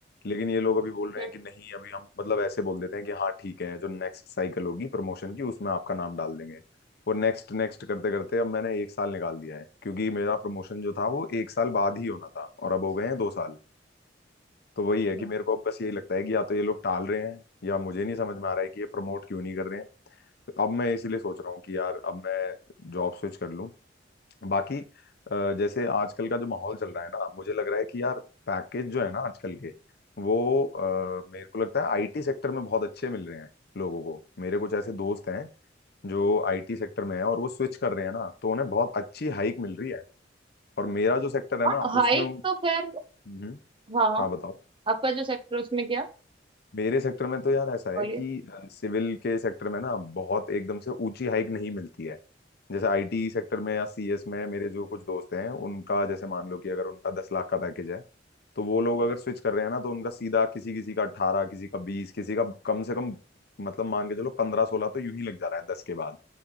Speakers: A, on the left; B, on the right.
A: लेकिन ये लोग अभी बोल रहे
B: हम्म,
A: हैं कि नहीं अभी हम मतलब ऐसे बोल देते हैं कि हाँ ठीक है जो नेक्स्ट साइकिल होगी प्रमोशन की उसमें आपका नाम डाल देंगे और नेक्स्ट नेक्स्ट करते करते अब मैंने एक साल निकाल दिया है क्योंकि मेरा प्रमोशन जो था वो एक साल बाद ही होना था और अब हो गए हैं दो साल तो वही है
B: हम्म।
A: कि मेरे को अब बस यही लगता है कि या तो ये लोग टाल रहे हैं या मुझे नहीं समझ में आ रहा है कि ये प्रमोट क्यों नहीं कर रहे हैं तो अब मैं इसीलिए सोच रहा हूँ कि यार अब मैं जॉब स्विच कर लूँ बाकी अ, जैसे आजकल का जो माहौल चल रहा है ना मुझे लग रहा है कि यार पैकेज जो है ना आजकल के वो अ, मेरे को लगता है आईटी सेक्टर में बहुत अच्छे मिल रहे हैं लोगों को मेरे कुछ ऐसे दोस्त हैं जो आईटी सेक्टर में है और वो स्विच कर रहे हैं ना तो उन्हें बहुत अच्छी हाइक मिल रही है और मेरा जो सेक्टर है
B: हाँ
A: ना
B: हाइट
A: उसमें
B: तो खैर
A: हम्म
B: हाँ हाँ
A: हाँ बताओ
B: आपका जो सेक्टर उसमें क्या
A: मेरे सेक्टर में तो यार ऐसा है
B: बोलिए
A: कि सिविल के सेक्टर में ना बहुत एकदम से ऊंची हाइक नहीं मिलती है जैसे आईटी सेक्टर में या सीएस में मेरे जो कुछ दोस्त हैं उनका जैसे मान लो कि अगर उनका दस लाख का पैकेज है तो वो लोग अगर स्विच कर रहे हैं ना तो उनका सीधा किसी किसी का अट्ठारह किसी का बीस किसी का कम से कम मतलब मान के चलो पंद्रह सोलह तो यूं ही लग जा रहा है दस के बाद